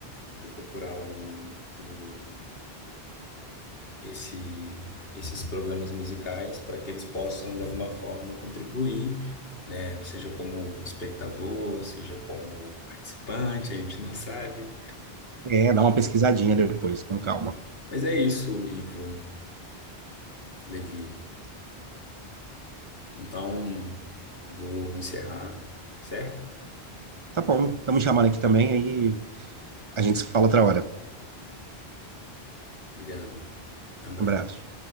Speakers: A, on the left (about 65°); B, on the right (about 35°).
A: eu vou procurar o, o- esse, esses programas musicais para que eles possam, de alguma forma, contribuir, né? Seja como espectador, seja como participante, a gente não sabe.
B: É, dá uma pesquisadinha depois, com calma.
A: Mas é isso, Ivo Levi. Então, vou encerrar, certo?
B: Tá bom, estamos chamando aqui também, aí a gente se fala outra hora.
A: Obrigado. Abraço.
B: Abraço.